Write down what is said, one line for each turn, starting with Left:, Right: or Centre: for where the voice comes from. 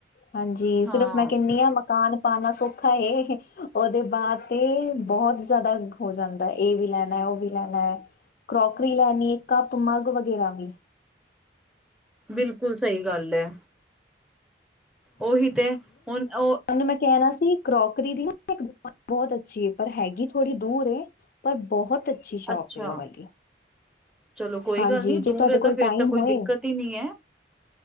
Left: ਹਾਂਜੀ
Centre: ਹਾਂ
Left: ਸਿਰਫ਼ ਮੈਂ ਕੈਂਨੀ ਆਂ ਮਕਾਨ ਪਾਣਾ ਸੋਖਾ ਏ ਓਦੇ ਬਾਦ ਤੇ ਬਹੁਤ ਜਾਦਾ ਹੋ ਜਾਂਦਾ ਏ ਵੀ ਲੈਣਾ ਓ ਵੀ ਲੈਣਾ। ਕਰੋਕਰੀ ਲੈਨੀ ਕੱਪ-ਮੱਗ ਵਗੈਰਾ ਵੀ।
Centre: ਬਿਲਕੁਲ ਸਈ ਗੱਲ ਐ, ਓਹੀ ਤੇ, ਹੁਨ ਓ
Left: ਧਾਨੂੰ ਮੈਂ ਕੈਣਾ ਸੀ ਕਰੋਕਰੀ ਦੀ ਨਾ ਏਕ ਦ ਬਹੁਤ ਅੱਛੀ ਏ ਪਰ ਹੈਗੀ ਥੋੜੀ ਦੂਰ ਏ, ਪਰ ਬਹੁਤ ਅੱਛੀ ਸੌ਼ਪ
Centre: ਅੱਛਾ
Left: ਏ ਓ ਵਾਲੀ।
Centre: ਚਲੋ ਕੋਈ
Left: ਹਾਂਜੀ
Centre: ਗੱਲ ਨੀ
Left: ਜੇ
Centre: ਦੂਰ
Left: ਤੁਹਾਡੇ
Centre: ਏ
Left: ਕੋਲ
Centre: ਤਾਂ ਫੇਰ
Left: ਟਾਈਮ
Centre: ਤਾਂ ਕੋਈ
Left: ਹੋਏ
Centre: ਦਿਕਤ ਈ ਨੀ ਐਂ